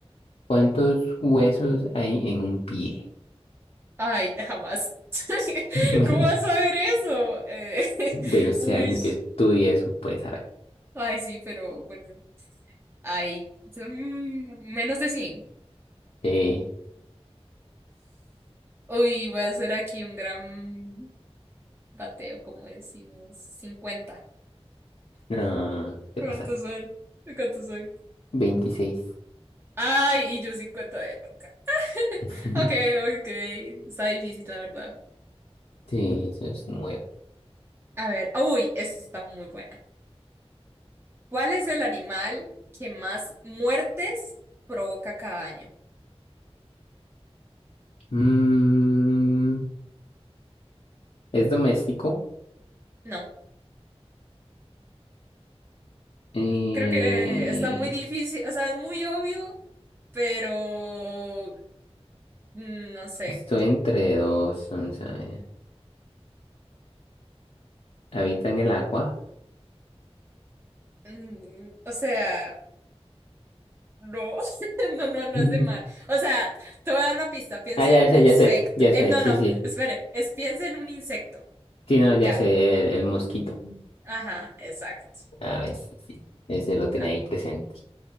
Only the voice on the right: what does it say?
Ay, jamás. <laughs>
¿Cómo vas a ver eso? Eh, <laughs>
uy.
Ay, sí, pero bueno. Ay, son menos de cien
Uy, voy a hacer aquí un gran bateo, como decimos, cincuenta
¿Cuántos
son? ¿Cuántos son?
Ay, y yo 50 de toca. <laughs>
Ok, ok. Está difícil, la verdad.
A ver, uy, esta está muy buena. ¿Cuál es el animal que más muertes provoca cada año?
No,
creo que está muy difícil, o sea, es muy obvio, pero mm, no sé.
Mm, O sea, no, <laughs> no, no, no
es de mar. O sea, te voy a dar una pista, piensa
en un
insecto.
Eh,
no,
no,
espere, es piensa en un insecto.
Ya,
ajá, exacto.
Ah,